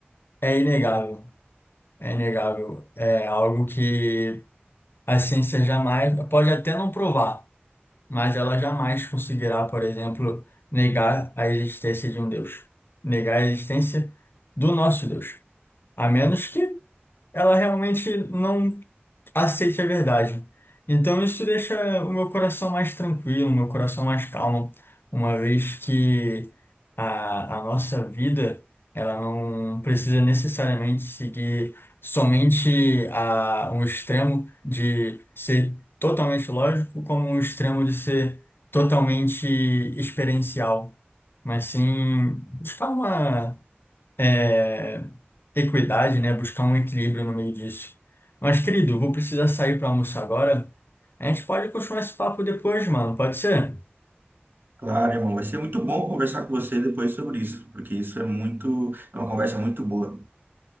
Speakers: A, on the left; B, on the right.
A: é inegável, é inegável, é algo que a ciência jamais, pode até não provar, mas ela jamais conseguirá, por exemplo, negar a existência de um Deus, negar a existência do nosso Deus, a menos que ela realmente não aceite a verdade. Então isso deixa o meu coração mais tranquilo, o meu coração mais calmo, uma vez que a, a nossa vida ela não precisa necessariamente seguir somente a, um extremo de ser totalmente lógico, como um extremo de ser totalmente experiencial, mas sim buscar uma é, equidade, né? Buscar um equilíbrio no meio disso. Mas, querido, vou precisar sair para almoçar agora. A gente pode continuar esse papo depois, mano. Pode ser?
B: Claro, irmão, vai ser muito bom conversar com você depois sobre isso, porque isso é muito, é uma conversa muito boa.